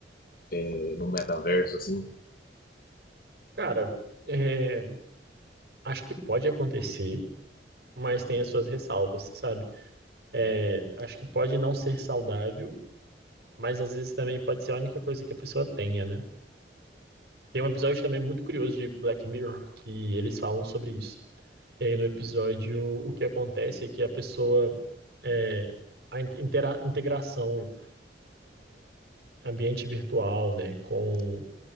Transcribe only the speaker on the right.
Cara, é, acho que pode acontecer, mas tem as suas ressalvas, sabe? É, acho que pode não ser saudável, mas às vezes também pode ser a única coisa que a pessoa tenha, né? Tem um episódio também muito curioso de Black Mirror que eles falam sobre isso. E aí no episódio o que acontece é que a pessoa é, a integra integração ambiente virtual, né, com